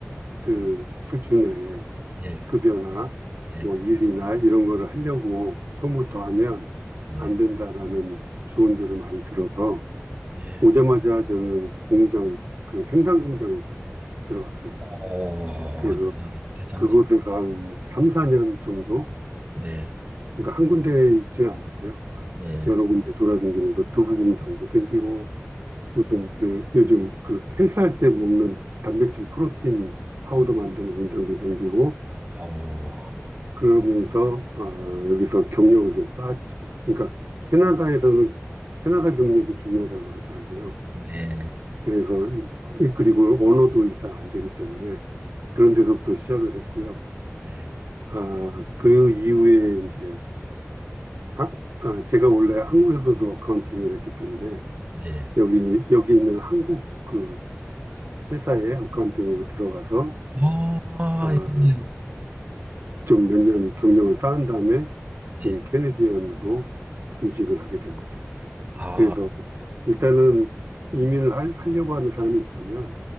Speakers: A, on the right (about 70°); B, on the right (about 30°).
A: 그 수준의
B: 예.
A: 급여나
B: 네.
A: 뭐 일이나 이런 거를 하려고 처음부터 하면
B: 네.
A: 안 된다라는 조언들을 많이 들어서
B: 네.
A: 오자마자 저는 공장 그 생산 공장에 들어갔어요.
B: 어.
A: 그래서
B: 네. 대단하시
A: 그곳에서 한 3, 4년 정도
B: 네.
A: 그러니까 한 군데에 있지는 않았고요.
B: 네.
A: 여러 군데 돌아다니면서 두부 공장도 땡기고
B: 음.
A: 무슨 그 요즘 그 헬스할 때 먹는 단백질 프로틴 파우더
B: 음.
A: 만드는 공장도 생기고
B: 어.
A: 그러면서 어, 여기서 경력을 좀 쌓았죠. 그러니까 캐나다에서는 캐나다 경력이 중요하다 그러더라고요.
B: 네.
A: 그래서 일- 그리고 언어도 일단 안 되기 때문에 그런 데서부터 시작을 했고요.
B: 네.
A: 아, 그 이후에 이제 하- 아, 제가 원래 한국에서도 어카운팅을 했기 때문에
B: 네.
A: 여기 여기 있는 한국 그 회사의 어카운팅으로 들어가서
B: 아.
A: 아,
B: 네.
A: 좀 몇 년 경력을 쌓은 다음에 지금
B: 네.
A: 캐네디언으로 이직을 하게 된 거죠.
B: 아.
A: 그래서 일단은 이민을 하, 하려고 하는 사람이 있다면